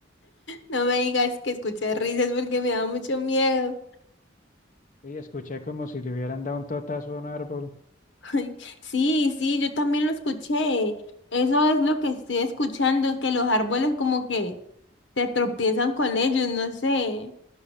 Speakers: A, on the left (about 75°); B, on the left (about 45°).
A: No me digas que escuché risas porque me da mucho miedo.
B: Y escuché como si le hubieran dado un totazo a un árbol.
A: <laughs> Ay, sí, sí, yo también lo escuché. Eso es lo que estoy escuchando, que los árboles como que se tropiezan con ellos, no sé.